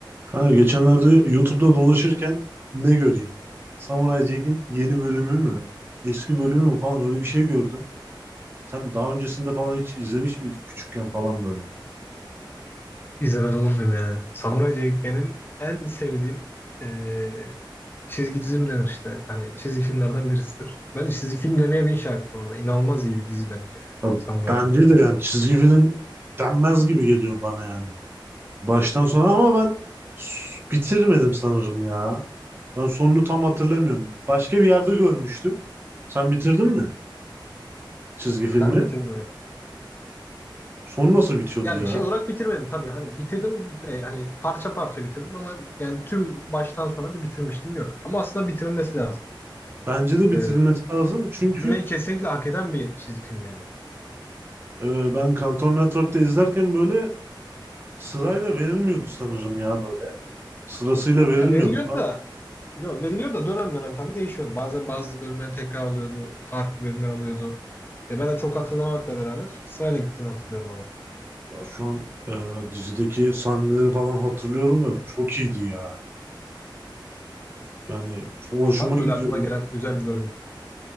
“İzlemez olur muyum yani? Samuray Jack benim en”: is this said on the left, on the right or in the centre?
Left